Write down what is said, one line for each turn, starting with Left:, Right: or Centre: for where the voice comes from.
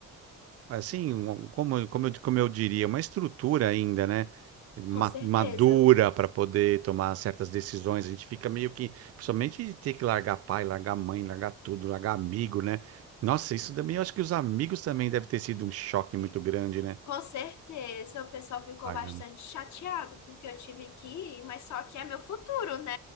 Right: assim, um- como, como, eu, como eu diria, uma estrutura ainda, né? ma-
Left: Com certeza.
Right: Madura para poder tomar certas decisões. A gente fica meio que, principalmente de ter que largar pai, largar mãe, largar tudo, largar amigo, né? Nossa, isso também, eu acho que os amigos também deve ter sido um choque muito grande, né?
Left: Com certeza. O pessoal ficou
Right: Largando.
Left: bastante chateado porque eu tive que ir, mas só que é meu futuro, né?